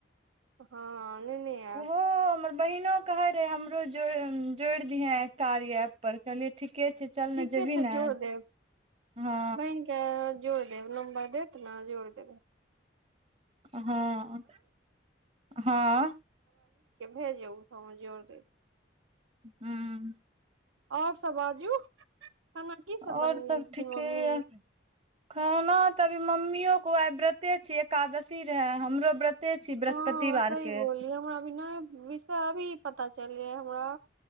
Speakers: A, on the right (about 85°); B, on the right (about 30°).
A: हँ नेने आयब
B: ओहो हमर बहिनो कहै रहै हमरोड़ जोड़ि दिहे कार्या ऐप पर कहलियै ठीक के छै चल
A: ठीके
B: ने जेबही
A: छै
B: ने
A: जोड़ देब
B: हँ
A: बहिन के जोड़ देब नम्बर देत ने जोड़ देब
B: हँ हँ
A: भेजो हम जोड़ दे
B: हुँ
A: आओर सब बाजू खाना की
B: आओर
A: बनेलखिन
B: सब ठीके
A: मम्मी
B: य खाना तऽ मम्मी को आइ व्रते छिय एकादशी रहे हमरो व्रते छी बृहस्पतिवार
A: हँ सही
B: के
A: बोली हमराभ नहि विषय अभी पता चल लै हमरा